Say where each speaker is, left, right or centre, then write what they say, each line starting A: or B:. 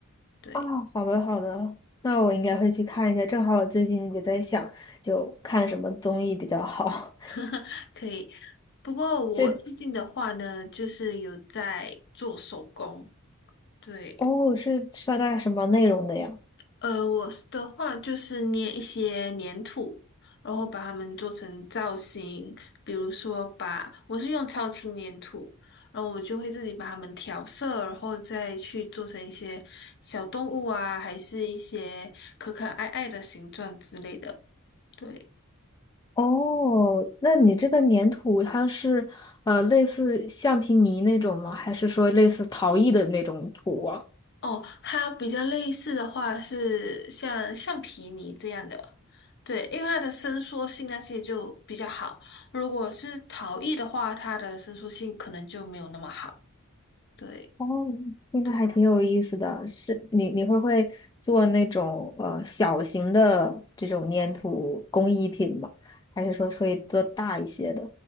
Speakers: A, on the left; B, on the left.
A: 对，
B: 啊，好的好的，那我应该会去看一下，正好我最近也在想，就看什么综艺比较好。
A: <laughs> 可以。不过我最近的话呢，
B: <laughs> 这。
A: 就是有在做手工。对，
B: 哦，是是大概什么内容的呀？
A: 呃，我是的话就是捏一些粘土，然后把它们做成造型。比如说把，我是用超轻粘土，然后我就会自己把它们调色，然后再去做成一些小动物啊，还是一些可可爱爱的形状之类的。对。
B: 哦，那你这个粘土它是呃类似橡皮泥那种吗？还是说类似陶艺的那种土啊？
A: 哦，它比较类似的话是像橡皮泥这样的，对，因为它的伸缩性那些就比较好。如果是陶艺的话，它的伸缩性可能就没有那么好。对，
B: 哦，听着还挺有意思的。
A: 对，
B: 是你你会不会做那种呃小型的这种粘土工艺品吗？还是说会做大一些的？